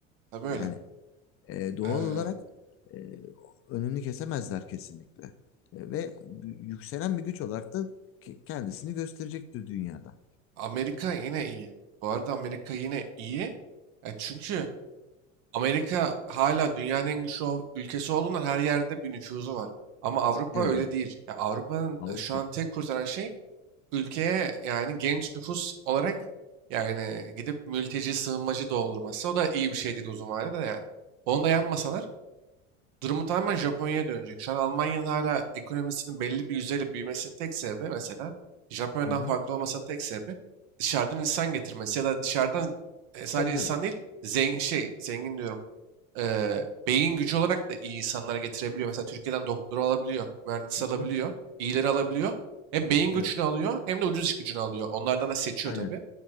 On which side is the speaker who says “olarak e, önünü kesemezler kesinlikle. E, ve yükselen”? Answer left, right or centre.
Left